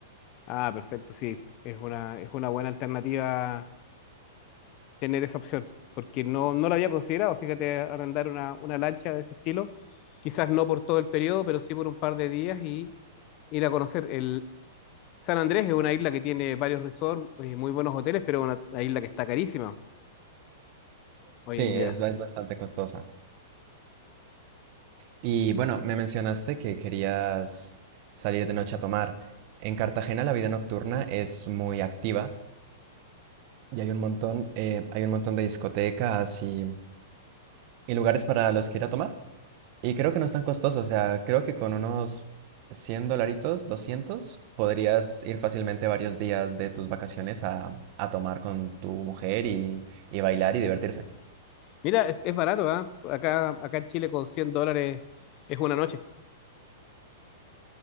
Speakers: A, on the left; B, on the right.
A: Ah, perfecto, sí, es una, es una buena alternativa tener esa opción, porque no, no la había considerado, fíjate, arrendar una, una lancha de ese estilo, quizás no por todo el periodo, pero sí por un par de días y ir a conocer el... San Andrés es una isla que tiene varios resorts, eh, muy buenos hoteles, pero una, una isla que está carísima hoy
B: Sí,
A: en
B: es,
A: día.
B: es bastante costosa. Y bueno, me mencionaste que querías salir de noche a tomar. En Cartagena la vida nocturna es muy activa y hay un montón, eh, hay un montón de discotecas y, y lugares para los que ir a tomar. Y creo que no es tan costoso, o sea, creo que con unos 100 dolaritos, 200, podrías ir fácilmente varios días de tus vacaciones a, a tomar con tu mujer y, y bailar y divertirse.
A: Mira, es, es barato, ¿ah? Acá, acá en Chile con 100 dólares es una noche.